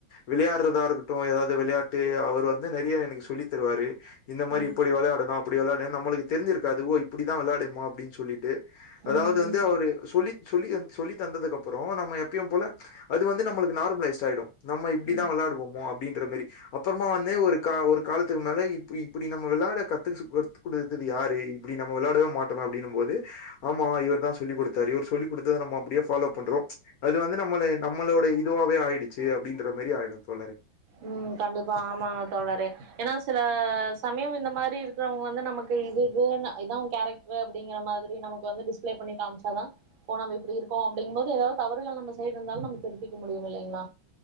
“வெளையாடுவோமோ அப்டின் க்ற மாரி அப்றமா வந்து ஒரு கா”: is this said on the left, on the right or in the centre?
Left